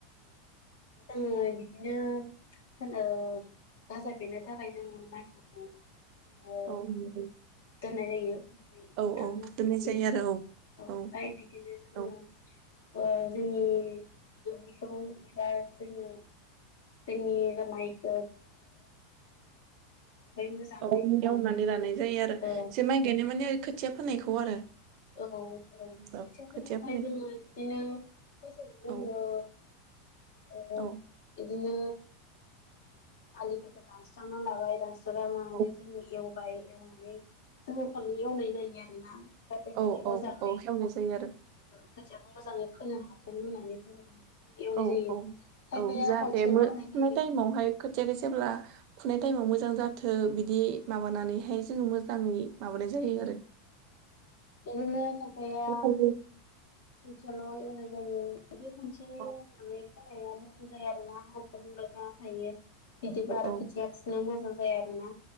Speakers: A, on the left; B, on the right.
A: जोङो बिदिनो फोनो गाजा बेरनो थाखाय जोङो माइखौ ओ
B: औ औ
A: दोननाय जायो
B: औ
A: थाम
B: औ
A: हगैदि
B: दोननाय जायो आरो
A: ओमफ्राय
B: औ
A: बिदिनो जोङो
B: औ
A: ओ जोंनि दुब्लिखौ एबा जोङो जोंनि रा माइखौ मोजाङै
B: औ एवनानै लानाय जायो आरो
A: औ
B: एसे माइ गायनाय माने खोथिया फोनायखौ आरो
A: औ औ खोथिया
B: औ
A: फोनो
B: खोथिया
A: थाखाय
B: फोनायखौ
A: जोङो बिदिनो फानसे जोङो
B: औ
A: ओ
B: औ
A: बिदिनो आलिफोरखौ दानस्रांना लाबाय दानसां दानस्रांनान मानानै
B: औ
A: जोङो एवबाय एवनानै जोङो खननै एवनाय जायो आरोना जाथ बियो
B: औ
A: मोजाङै
B: औ औ हेवनाय जायो आरो
A: खोथियाखौ मोजाङै फोनो हाथों होननानै जोङो एवनाय
B: औ
A: जायो
B: औ
A: खायफाया
B: औ जाहाथे
A: खनसेल'
B: मो
A: होनाय
B: फुनाय
A: जायो
B: टाइमावहाय
A: औ
B: खोथिाखौ जेब्ला फुनाय टाइमाव मोजां जाथों बिदि माबानानैहाय जोङो मोजाङै माबानाय जायो आरो
A: औ बिदिनो खायफाया
B: औ औ
A: खनसेल' एवनाय जायो बिदि खनसे
B: औ
A: एवनानै होनाया मोजां जायो आरोना हाग्रा बुंग्रा जाना थायो बिदिबा आरो
B: औ
A: खोथियाखौसो मोजां ज आरो ना